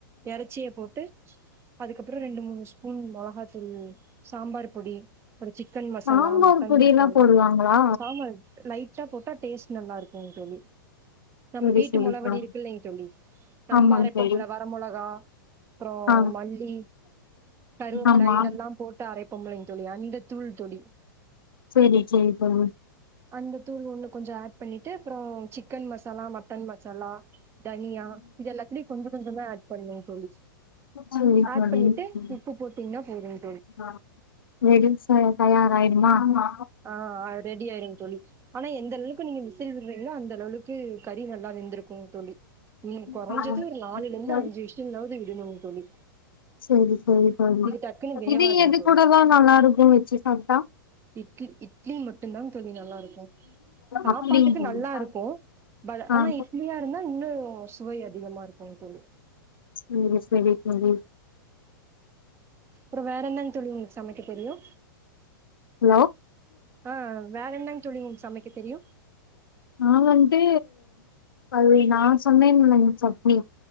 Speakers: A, on the right; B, on the left.
A: இறச்சிய போட்டு அதுகப்ரோ ரெண்டு மூணு ஸ்பூன் மொளகாத்தூள் சாம்பார் பொடி அப்றோ சிக்கன் மசாலா
B: சாம்பார்
A: மொட்டன்
B: பொடி
A: மசாலா
B: எல்லா போடுவாங்களா
A: சாம்பார் லைட் பட்ட போட்டா டேஸ்ட் நல்லாருக்கும்ன் தோழி நம்ம
B: சரி
A: வீட்டு
B: சரிக்கா
A: முளவடி இருக்கு இல்லிங் தோழி நம்ப
B: ஆமாங்க
A: அரைப்போம்ல
B: தோழி
A: வர மொளகா அப்புறோ
B: ஆ
A: மல்லி கருப்பிலை
B: ஆமா
A: இதெல்லா போட்டு அரைப்போம்பளைங் தோழி அந்த தூள்தொடி
B: செரி செரி போங்
A: அந்த தூள் ஒண்ணு கொஞ்சோ ஆட் பண்ணிட்டு அப்புறோ சிக் கன் மசாலா மட் மட்டன் மசாலா தனியா இது எல்லாத்திலயு கொஞ்சோ கொஞ்சோ தா ஆட் பண்ணு தோழி
B: சரி
A: ஆட்
B: தோழி
A: பண்ணிட்டு உப்பு போட்டீங்கன்னா போதும்
B: ஆ <unintelligible> தயாராயிருமா ஆமா
A: ஆ ஆ ஆ ரெடி ஆயிரு தோழி ஆனா எந்த அள்வுக்கு நீங்க விசில் விடுறீங்களோ அந்த அளவுக்கு ப்படி நல்லா வெந்திருக்கு தோழி
B: <inaudible>
A: நீங்க கொறைஞ்சது ஒரு நாலுல இருந்து அஞ்சு விசில்லாவது விடணுங்க தோழி
B: செரி செரி தோழி
A: இது டக்குன்னு வேவாதுங்க
B: இது எது
A: தோழி
B: கூடதா நல்லாருக்கு வச்சு சாப்ட்டா
A: இட்லி இட்லி மட்டுந்தா தோழி நல்லா இருக்கு சாப்பாட்டுக்கு
B: அப்டிங்களா
A: நல்லா இருக்கு பட்
B: ஆ
A: ஆனா இட்லியா இருந்தா இன்னோ போ சுவை அதிகமா இருக்குங் தோழி
B: செரி செரி தோழி
A: அப்புறோ வேற என்னங் தோழி உங்களுக்கு சமைக்க தெரியு
B: ஹலோ
A: ஆ வேற என்னங்க தோழி உங்களுக்கு சமைக்க தெரியு
B: நா வந்ட்டு பதை நான் சொன்னே இல்லங் சட்னி